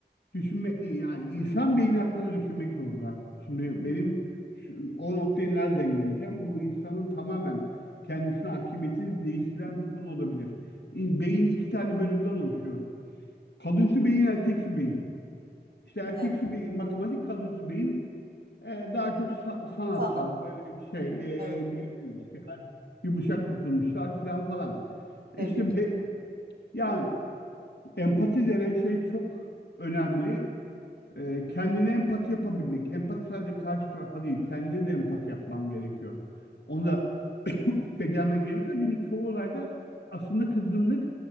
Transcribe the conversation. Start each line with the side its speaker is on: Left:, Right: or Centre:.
Left: düşünme yani insan beyni hakkında düşünmek zorunda. Şimdi benim şu, o noktaya nereden geleceğim? Bu insanın tamamen kendisine hakimiyetini değiştiren bir konu olabilir. İn- Beyin iki tane bölümden oluşuyor. Kadınsı beyin, erkeksi beyin. İşte erkeksi
Right: Evet.
Left: beyin, matematik kadınsı beyin e, daha çok sa- sanatsal,
Right: Sanat.
Left: böyle şey e,
Right: Evet.
Left: diyebiliriz yani yumuşak dokunuşlar falan falan. E
Right: Tabii
Left: İşte
Right: ki.
Left: be- yani empati denen şey çok önemli. E, kendine empati yapabilmek. Empati sadece karşı tarafa değil, kendine de empati yapman gerekiyor. Onu da <coughs> <laughs> becermen gerekiyor. Çünkü çoğu olayda aslında kızgınlık